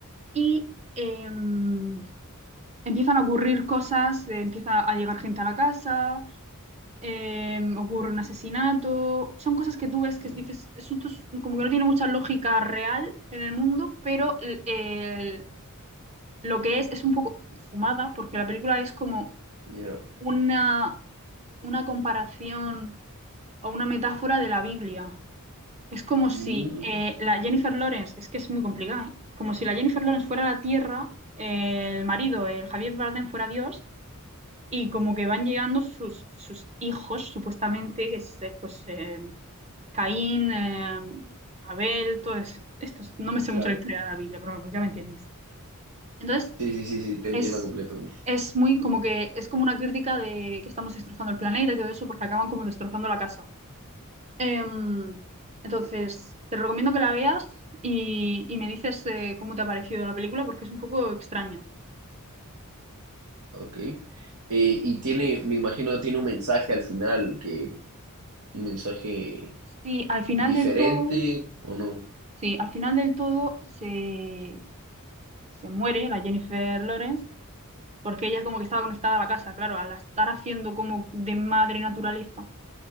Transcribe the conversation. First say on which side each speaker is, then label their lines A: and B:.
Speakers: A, on the right (about 30°); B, on the right (about 80°).
A: y em, empiezan a ocurrir cosas, eh, empieza a llegar gente a la casa, eh, ocurre un asesinato, son cosas que tú ves
B: mm,
A: que dices, esto es- como que no tiene mucha lógica real en el mundo, pero el- el- lo que es es un poco fumada, porque la película es como
B: ya.
A: una, una comparación o una metáfora de la Biblia. Es como si
B: Mm,
A: eh, la Jennifer Lawrence, es que es muy complicada, ¿eh? Como si la Jennifer Lawrence fuera la tierra, eh, el marido, el Javier Bardem fuera Dios, y como que van llegando sus, sus hijos, supuestamente, que es eh, pues eh, Caín, eh, Abel, todos estos. No me sé
B: claro.
A: mucho la historia de la Biblia, pero vamos, ya me entiendes. Entonces,
B: Sí, sí, sí, sí, te entiendo
A: es,
B: completamente.
A: es muy como que es como una crítica de que estamos destrozando el planeta y todo eso, porque acaban como destrozando la casa. Em, entonces, te recomiendo que la veas y, y me dices eh, cómo te ha parecido la película, porque es un poco extraña.
B: Ok. Eh, y tiene, me imagino, tiene un mensaje al final, que un mensaje
A: Sí, al final
B: diferente
A: del todo,
B: o no.
A: sí, al final del todo se, se muere, la Jennifer Lawrence, porque ella como que estaba conectada a la casa, claro, al estar haciendo como de madre naturaleza,